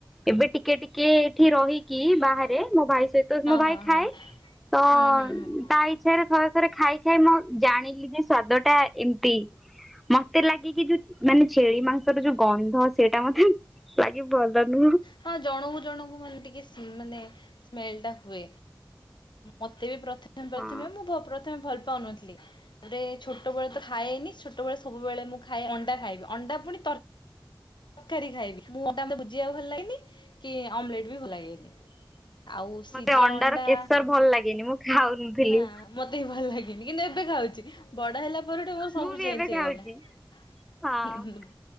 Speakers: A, in the centre; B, on the left.
A: ଏବେ ଟିକେ ଟିକେ ଏଇଠି ରହିକି ବାହାରେ ମୋ ଭାଇ ସହିତ ମୋ ଭାଇ
B: ହଁ
A: ଖାଏ
B: ହଁ ହଁ
A: ତ
B: ହୁଁ ହୁଁ ହୁଁ।
A: ତା ଇଛାରେ ଥରେ ରେ ଖାଇ ଖାଇ ମୁଁ ଜାଣିଲି ଯେ ସ୍ଵାଦ ଟା ଏମିତି ମତେ ଲାଗେ କି ଯୋଉଁ ମାନେ ଛେଳି ମାଂସର ଯୋଉଁ ଗନ୍ଧ ସେଇଟା ମତେ ଲାଗେ ଭଲ ନୁହଁ
B: ହଁ ଜଣକୁ ଜଣକୁ ମାନେ ଟିକେ ସି ମାନେ ସ୍ମେଲ ଟା ହୁଏ ମତେ ବି ପ୍ରଥମେ ପ୍ରଥମେ
A: ହଁ
B: ମୁଁ ପ୍ରଥମେ ଭଲ ପାଉନଥିଲି ଛୋଟବେେଳେ ତ ଖାଏନି ଛୋଟବେଳେ ସବୁବେଳେ ମୁଁ ଖାଏ ଅଣ୍ଡା ଖାଇବି ଅଣ୍ଡା ତା ପୁଣି ତର ତରକାରୀ ଖାଇବି ମୁଁ ମ ଭୂଜିଆ ଭଲ ଲାଗେନି କି ଅମଲେଟ ବି ଭଲ ଲାଗେନି। ଆଉ ସିଝା
A: ମତେ ଅଣ୍ଡାର
B: ଅଣ୍ଡା
A: କେଶର ଭଲ ଲାଗେନି ମୁଁ ଖାଉନଥିଲି
B: ନା ମତେ ବି ଭଲ ଲାଗନି କିନ୍ତୁ ଏବେ ଖାଉଛି ବଡ଼ ହେଲା ମୋର ଏଠି ସବୁ
A: ମୁଁ ବି
B: ଚେଞ
A: ଏବେ
B: ହେଇଗଲା
A: ଖାଉଛି
B: ହ୍ନୁ
A: ହଁ।
B: ହ୍ନୁ।